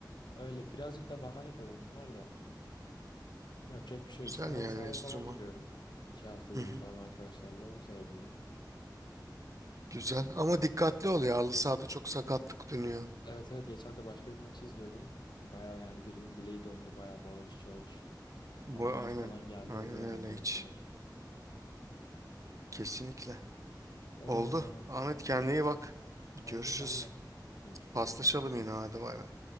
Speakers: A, on the left (about 75°); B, on the right (about 45°).
A: Öyle birazcık da bahane tabii bunlar da. Yapacak bir şey
B: Güzel
A: yok işte. Halı
B: yani
A: sahaya
B: enstrüman.
A: falan gidiyorum. İki haftada
B: Hı
A: bir
B: hı.
A: falan arkadaşlarla onu sayabilirim.
B: Güzel ama dikkatli ol ya. Halı sahada çok sakatlık dönüyor.
A: Evet evet geçen de başka bir maçı izliyordum. Baya yani birinin bileği döndü baya bağırış çağırış.
B: Bu
A: Ambulans
B: aynen.
A: falan geldi
B: Aynen
A: oluyor
B: öyle
A: yani öyle
B: hiç.
A: şeyler.
B: Kesinlikle.
A: Öyle
B: Oldu.
A: Kenan.
B: Ahmet kendine iyi bak. Görüşürüz.
A: Oldu senle. Görüşürüz
B: Paslaşalım
A: hoşça kal.
B: yine hadi bay bay.